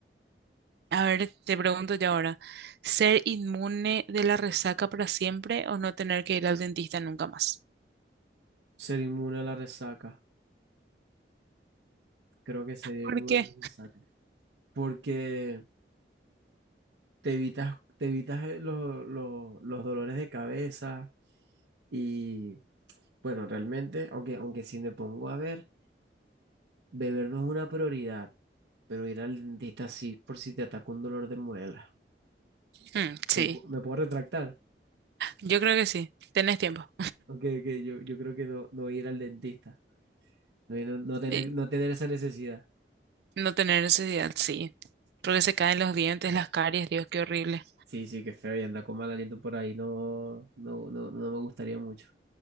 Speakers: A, on the right (about 65°); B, on the right (about 85°).
A: A ver, te pregunto yo ahora, ¿ser inmune de la resaca para siempre o no tener que ir al dentista nunca más?
B: ser inmune a la resaca. Creo que sería
A: ¿Por
B: inmune
A: qué?
B: a la resaca. Porque te evitas, te evitas eh, los, los- los dolores de cabeza y bueno, realmente, aunque, aunque si me pongo a ver, beber no es una prioridad, pero ir al dentista sí, por si te ataca un dolor de muela.
A: Mm, sí,
B: ¿Me, pu- me puedo retractar?
A: yo creo que sí. Tenés tiempo.
B: Aunque que yo, yo creo que no, no ir al dentista, no, ir- no- no tener,
A: Y
B: no tener esa necesidad.
A: no tener necesidad, sí. Porque se caen los dientes, las caries, Dios, qué horrible.
B: Sí, sí, qué feo y andar con mal aliento por ahí, no, no, no, no me gustaría mucho.